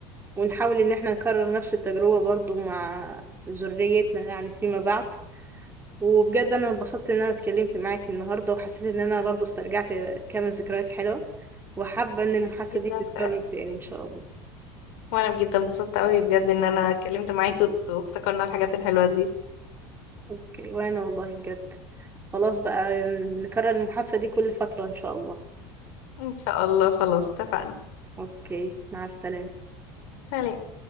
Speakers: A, on the right; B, on the left.
A: ونحاول ان احنا نكرر نفس التجربه برضو مع ذريتنا يعني فيما بعد وبجد انا اتبسطت ان انا اتكلمت معاكي النهارده وحسيت ان انا برضو استرجعت كام ذكريات حلوه وحابه ان المحادثه
B: جدا
A: دي تتكرر
B: فعلا
A: تاني ان شاء الله
B: وانا جدا انبسطت قوي بجد ان انا اتكلمت معاكي وت- وافتكرنا الحاجات الحلوة دي
A: اوكي وانا والله بجد خلاص بقى نكرر المحادثه دي كل فتره ان شاء الله
B: ان شاء الله خلاص اتفقنا
A: اوكي مع السلامه
B: سلام